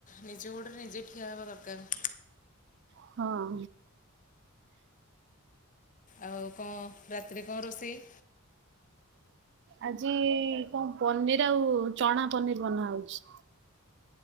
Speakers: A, on the left; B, on the right.
A: ନିଜ ଗୋଡ଼ରେ ନିଜେ ଠିଆ ହେବା ଦରକାର।
B: ହଁ।
A: ଆଉ କଣ ରାତିରେ କଣ ରୋଷେଇ?
B: ଆଜି କଣ ପନିର ଆଉ ଚଣା ପନିର ବନା ହଉଛି।